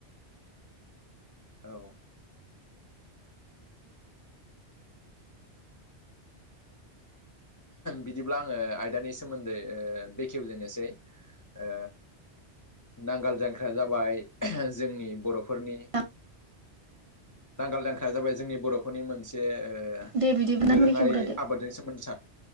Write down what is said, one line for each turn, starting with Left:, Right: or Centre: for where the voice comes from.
Left: औ। बिदिब्ला आङो आयदानि सोमोन्दै ओ बेखेवजेननोसै। ओ नांगाल जांख्राया जाबाय जोंनि बर'फोरनि
Right: नोंथां
Left: नांगोल दांख्राया जाबाय जोंनि बर'फोरनि मोनसे ओ
Right: दे बिदिब्ला
Left: दोरोङारि
Right: नों बेखेवग्रोदो
Left: आबादजों सोमोन्दो स